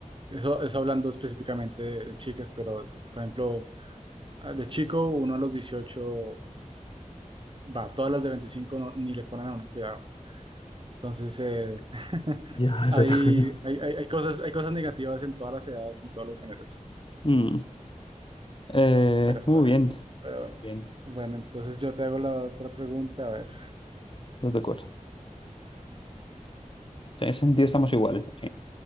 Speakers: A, on the right (about 40°); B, on the left (about 40°).
A: eso, eso hablando específicamente de, de chicas, pero por ejemplo, ah, de chico, uno a los 18 va, todas las de 25 no- ni le ponen a uno cuidado. Entonces, eh, <laughs>
B: Ya, <laughs> exactamente.
A: hay, hay, hay, hay cosas, hay cosas negativas en todas las edades, en todos los géneros.
B: Mm, eh,
A: Pero
B: muy
A: bueno,
B: bien,
A: pero,
B: bien,
A: bueno, entonces yo te hago la otra pregunta, a ver.
B: no te acuerdo. O sea, en ese sentido estamos igual <laughs>